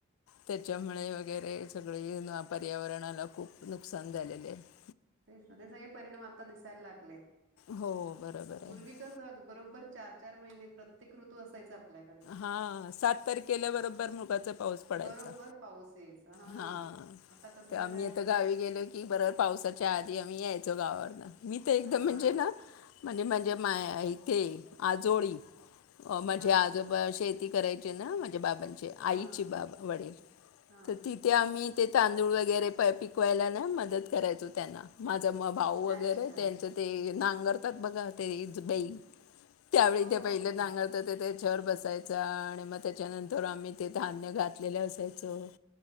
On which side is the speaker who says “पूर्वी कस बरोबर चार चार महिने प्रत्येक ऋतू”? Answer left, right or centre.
Right